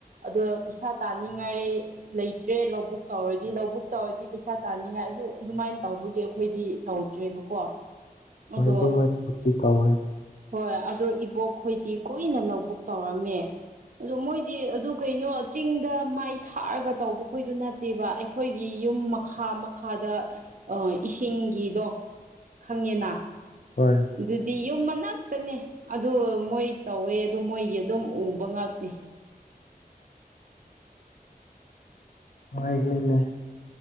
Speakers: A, on the right; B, on the left.
A: ꯑꯗꯣ ꯄꯩꯁꯥ ꯇꯥꯟꯅꯤꯡꯉꯥꯏ ꯂꯩꯇ꯭ꯔꯦ ꯂꯧꯕꯨꯛ ꯇꯧꯔꯗꯤ ꯂꯧꯕꯨꯛ ꯇꯧꯔꯗꯤ ꯄꯩꯁꯥ ꯇꯥꯅꯤꯡꯉꯥꯏ ꯑꯗꯨ ꯑꯗꯨꯃꯥꯏꯅ ꯇꯧꯕꯒꯤ ꯑꯩꯈꯣꯏꯗꯤ ꯇꯧꯗ꯭ꯔꯦꯕꯀꯣ
B: ꯍꯣꯏ
A: ꯑꯗꯣ
B: ꯑꯗꯨꯃꯥꯏꯅꯗꯤ ꯇꯧꯋꯦ
A: ꯍꯣꯏ ꯑꯗꯣ ꯏꯕꯣꯛꯈꯣꯏꯗꯤ ꯀꯨꯏꯅ ꯂꯧꯕꯨꯛ ꯇꯧꯔꯝꯃꯦ ꯑꯗꯣ ꯃꯣꯏꯗꯤ ꯑꯗꯨ ꯀꯩꯅꯣ ꯆꯤꯡꯗ ꯃꯥꯏ ꯊꯥꯔꯒ ꯇꯧꯕꯈꯣꯏꯗꯨ ꯅꯠꯇꯦꯕ ꯑꯩꯈꯣꯏ ꯑꯩꯈꯣꯏꯒꯤ ꯌꯨꯝ ꯃꯈꯥ ꯃꯈꯥꯗ ꯏꯁꯤꯡꯒꯤꯗꯣ ꯈꯪꯉꯦꯅ
B: ꯍꯣꯏ
A: ꯑꯗꯨꯗꯤ ꯌꯨꯝ ꯃꯅꯥꯛꯇꯅꯦ ꯑꯗꯨ ꯃꯣꯏ ꯇꯧꯋꯦ ꯑꯗꯨ ꯃꯣꯏꯒꯤ ꯑꯗꯨꯝ ꯎꯕ ꯉꯥꯛꯅꯤ
B: ꯅꯨꯡꯉꯥꯏꯒꯅꯤꯅꯦ